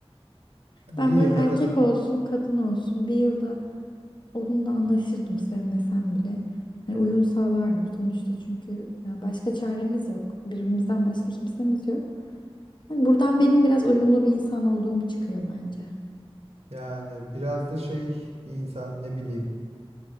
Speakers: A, on the right; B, on the left.
A: Bir
B: Ben
A: yılda
B: böyle erkek
A: ben o-
B: olsun, kadın olsun bir yılda onunla anlaşırdım sevmesem bile. Hani uyum sağlardım sonuçta çünkü yani başka çaremiz yok. Birbirimizden başka kimsemiz yok. Yani buradan benim biraz uyumlu bir insan olduğum çıkıyor bence.
A: yani biraz da şey bir insan ne bileyim.